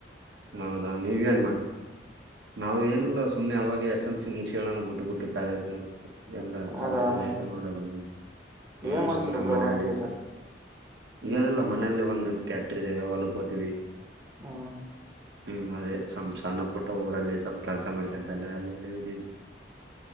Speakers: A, on the right (about 70°); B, on the right (about 15°).
A: ಹೌದಾ ನೀವ ಏನ್ ಮಾಡ ನಾವ್ ಏನು ಸುಮ್ನೆ ಅವಾಗ ಎಸ್ ಎಲ್ ಸಿ ಮುಕ್ಷ ಬಿಟ್ಟು ಬಿಟ್ಟು ಕಾಲೇಜು ಏಲ್ಲ
B: ಹೌದಾ
A: ಕಾಲೇಜ್
B: ಮತ್ತೆ
A: ಲೈಫ ನೋಡಲ್ಲ ಮು ಹ್ಮ
B: ಏನ್ ಮಾಡ್ತಾರ
A: ಸುಮ್ಮ್ನೆಮ್ಮ
B: ಬ್ರೋ
A: ಮನೆಯಲ್ಲಿ
B: ವರ್ಕ್ ಈಗ
A: ಸರ್ ಈನಿಲ್ಲ ಮನೆಯಲ್ಲಿ ಒಂದು ಟ್ಯಾಕ್ಟರ್ ಇದ್ದೇವೆ ಹೊಲ್ಕತೀವಿ
B: ಹಾ
A: ಹ್ಮ್ ಅದೇ ಸಣ್ಣ ಪುಟ್ಟ ಊರಲ್ಲಿ ಸ್ವಲ್ಪ ಕೆಲ್ಸ ಮಾಡ್ಕೊಂತಲ್ಲ ಅಲ್ಲೆಲ್ಲ ಇ್ದವಿ